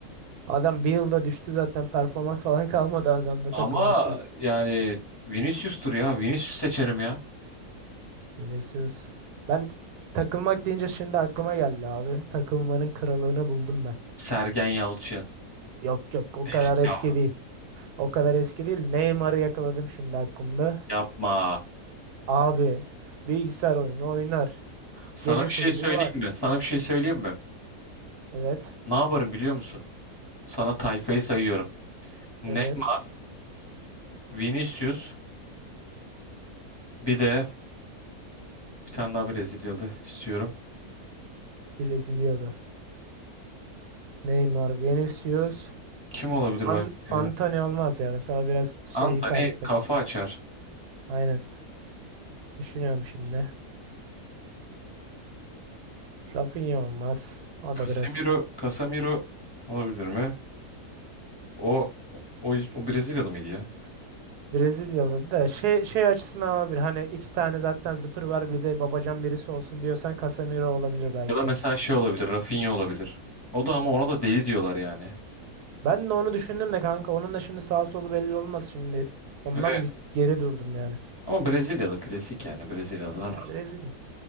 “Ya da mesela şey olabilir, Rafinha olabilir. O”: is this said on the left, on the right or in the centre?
Left